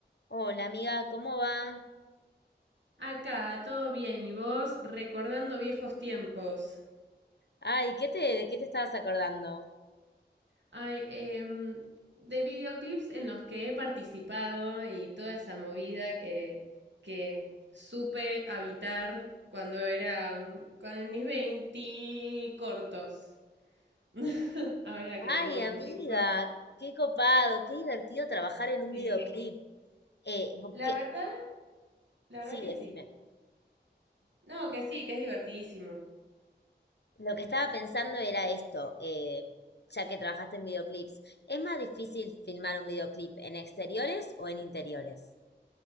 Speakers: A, on the left; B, on the right.
A: Hola amiga, ¿cómo va?
B: Acá, todo bien, y vos recordando viejos tiempos.
A: Ay, ¿qué te, de qué te estabas acordando?
B: Ay, em, de videoclips en los que he participado y toda esa movida que, que supe habitar cuando era, mm, cuando en mis 20 cortos. <laughs> Ahora que tengo
A: Ay,
B: veinticinco
A: amiga, qué copado, qué divertido trabajar en un
B: sí.
A: videoclip. Eh, vo-
B: La
A: ¿qué?
B: verdad, la verdad
A: Sí,
B: que
A: decime.
B: sí. No, que sí, que es divertidísimo.
A: Lo que estaba pensando era esto, eh, ya que trabajaste en videoclips. ¿Es más difícil filmar un videoclip en exteriores o en interiores?